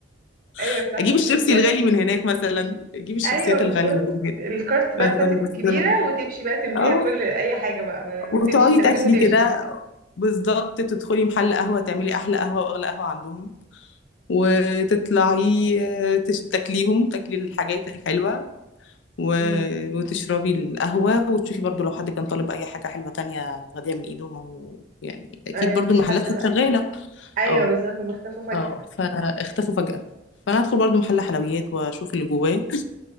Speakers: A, on the right; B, on the left.
A: ايوه
B: <laughs>
A: صح
B: اجيب الشيبسي
A: ماشي عارفه
B: الغالي من هناك مثلا اجيب الشيبسيات
A: ايوه بالظبط
B: الغاليه من هناك
A: الكارت بقى
B: بعدين
A: بتاعتك
B: أبص
A: الكبيره
B: لها.
A: وتمشي بقى تمليها
B: اه
A: كل اي حاجه بقى ما- وتمشي
B: وتقعدي
A: تاخديهم
B: تاكلي
A: وتمشي
B: كده بالظبط تدخلي محل قهوه تعملي احلى قهوه واغلى قهوه عندهم وتطلعي آه، تش- تاكليهم تاكلي الحاجات الحلوه و-
A: امم
B: وتشربي القهوه وتشوفي برضو لو حد كان طالب اي حاجه حلوه تانية تاخديها من ايده ما هو يعني اكيد
A: ايوه
B: برضو
A: مفيش
B: المحلات
A: حد
B: كانت
A: بقى
B: شغاله
A: ايوه
B: اه
A: بالظبط هم اختفوا فجاه
B: اه فاختفوا فجاه فانا هدخل برضو محل حلويات واشوف اللي جواه